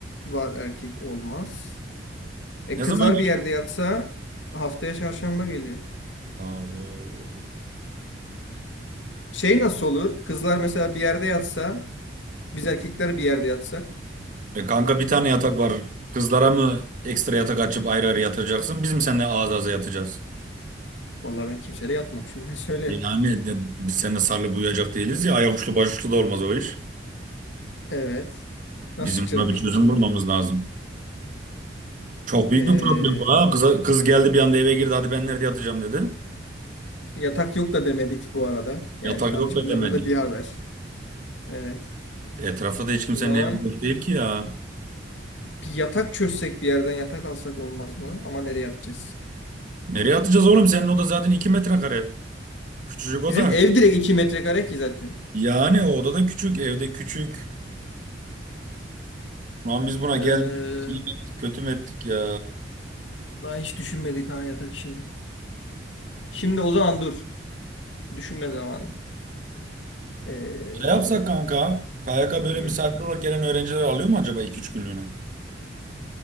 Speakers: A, on the left; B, on the right.
A: var erkek olmaz. E
B: Ne
A: kızlar
B: zaman gir?
A: bir yerde yatsa haftaya çarşamba geliyor.
B: Abo.
A: Şey nasıl olur? Kızlar mesela bir yerde yatsa biz erkekler bir yerde yatsak.
B: E kanka bir tane yatak var. Kızlara mı ekstra yatak açıp ayrı ayrı yatıracaksın? Biz mi seninle ağız ağza yatacağız?
A: Vallahi ben kimseyle yatmam şimdiden söyleyeyim.
B: Yani de- biz seninle sarılıp uyuyacak değiliz ya. Ayak uçlu baş uçlu da olmaz o iş.
A: Evet. Nasıl
B: Bizim
A: çıkacağız
B: buna bir
A: bu işin
B: çözüm
A: içinden?
B: bulmamız lazım. Çok büyük
A: Ee,
B: bir problem bu ha. Kız, kız geldi bir anda eve girdi. Hadi ben nerede yatacağım dedi.
A: yatak yok da demedik bu arada. Yani
B: Yatak
A: şu
B: yok
A: an hiç
B: da
A: bunlardan
B: demedi.
A: da bir haber. Evet.
B: Etrafta da hiç kimsenin
A: O zaman
B: evi boş değil ki ya.
A: bir yatak çözsek bir yerden yatak alsak olmaz mı? Ama nereye yatacağız?
B: Nereye atacağız oğlum? Senin oda zaten 2 metrekare. Küçücük oda.
A: Bizim ev direkt 2 metrekare ki zaten.
B: Yani o oda da küçük. Evde küçük. Lan biz buna
A: Ee,
B: geldik. İyi mi ettik, kötü mü ettik ya?
A: daha hiç düşünmedik ha yatak işini. Şimdi o zaman dur. Düşünme zamanı. Ee,
B: Şey yapsak kanka, KYK böyle
A: hı,
B: misafir olarak gelen öğrenciler alıyor mu acaba 2 üç günlüğüne?